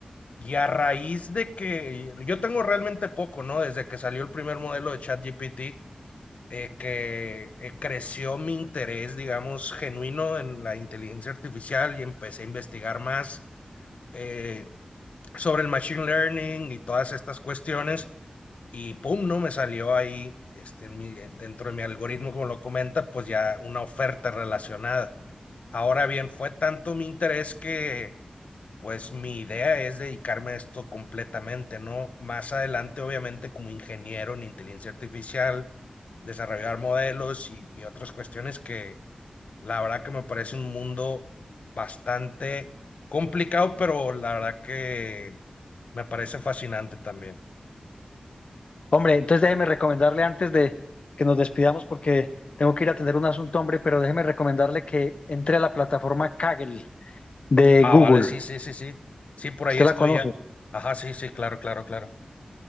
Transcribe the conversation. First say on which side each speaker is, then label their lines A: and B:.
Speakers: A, on the left; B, on the left.
A: Y a raíz de que yo tengo realmente poco, ¿no? Desde que salió el primer modelo de ChatGPT, eh, que eh, creció mi interés, digamos, genuino en la inteligencia artificial y empecé a investigar más. Eh, sobre el machine learning y todas estas cuestiones y pum, ¿no? Me salió ahí este, en mi- dentro de mi algoritmo, como lo comenta, pues ya una oferta relacionada. Ahora bien, fue tanto mi interés que pues mi idea es dedicarme a esto completamente, ¿no? Más adelante, obviamente, como ingeniero en inteligencia artificial, desarrollar modelos y, y otras cuestiones que la verdad que me parece un mundo bastante complicado, pero la verdad que me parece fascinante también.
B: Hombre, entonces déjeme recomendarle antes de que nos despidamos porque tengo que ir a atender un asunto, hombre, pero déjeme recomendarle que entre a la plataforma Kaggle de
A: Ah,
B: Google.
A: vale, sí, sí, sí, sí. Sí, por ahí
B: Usted
A: estoy
B: la conoce.
A: ya. Ajá, sí, sí, claro, claro, claro.